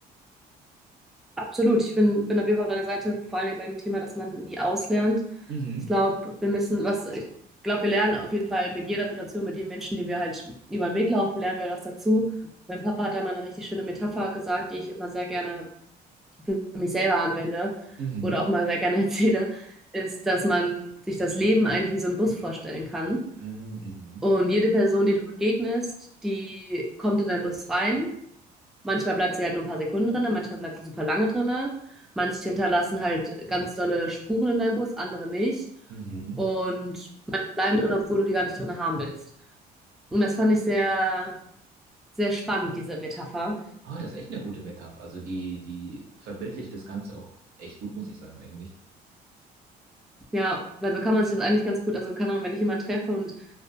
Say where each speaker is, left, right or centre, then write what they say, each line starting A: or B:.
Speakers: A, in the centre; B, on the right.
A: Absolut. Ich bin, bin auf jeden Fall auf deiner Seite, vor allen allem beim Thema, dass man nie auslernt.
B: Mhm,
A: Ich glaube, wir müssen, was, ich glaube, wir lernen auf jeden Fall mit jeder Situation, mit den Menschen, die wir halt über den Weg laufen, lernen wir was dazu. Mein Papa hat da mal eine richtig schöne Metapher gesagt, die ich immer sehr gerne für mich selber anwende
B: mhm,
A: oder auch mal sehr gerne <laughs> erzähle, ist, dass man sich das Leben eigentlich wie so einen Bus vorstellen kann.
B: mhm, mhm,
A: Und jede Person, die du begegnest, die kommt in deinen Bus rein Manchmal bleibt sie halt nur ein paar Sekunden drinne, manchmal bleibt sie super lange drinne. Manche hinterlassen halt ganz dolle Spuren in deinem Bus, andere nicht.
B: mhm.
A: Und manche bleiben drin, obwohl du die gar nicht drin haben willst. Und das fand ich sehr, sehr spannend, diese Metapher.
B: Ah, das ist echt eine gute Metapher. Also die, die verbildlicht das Ganze auch echt gut, muss ich sagen, eigentlich.
A: Ja, weil so kann man sich das eigentlich ganz gut, also keine Ahnung, wenn ich jemanden treffe und